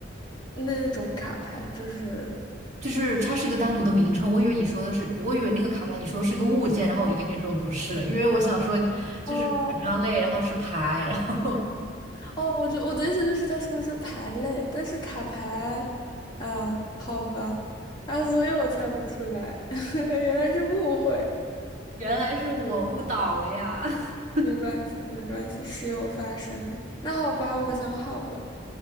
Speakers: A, on the left; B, on the right.
A: 那种卡牌？就是
B: 就是它是一个单独的名称，我以为你说的是，我以为那个卡牌你说是个物件，然后我就跟你说不是，因为我想说就是纸张类，
A: 哦
B: 然后是牌，然后
A: 哦，我就我的意思就是它是不是牌类？但是卡牌啊，好吧啊，所以我猜不出来，<laughs> 原来是误会。
B: <laughs> 原来是我误导了呀。<laughs>
A: 没关系，没关系，时有发生。那好吧，我想好了，